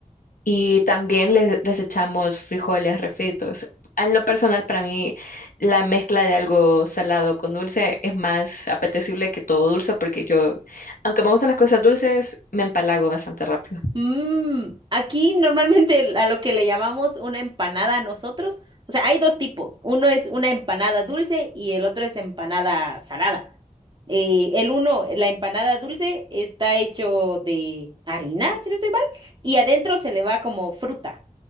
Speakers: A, on the left (about 80°); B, on the right (about 35°).
A: Y también les, les echamos frijoles refritos. En lo personal, para mí, la mezcla de algo salado con dulce es más apetecible que todo dulce, porque yo, aunque me gustan las cosas dulces, me empalago bastante rápido.
B: Mm, aquí normalmente a lo que le llamamos una empanada a nosotros, o sea, hay dos tipos. Uno es una empanada dulce y el otro es empanada salada. Eh, el uno, la empanada dulce, está hecho de harina, si no estoy mal, y adentro se le va como fruta.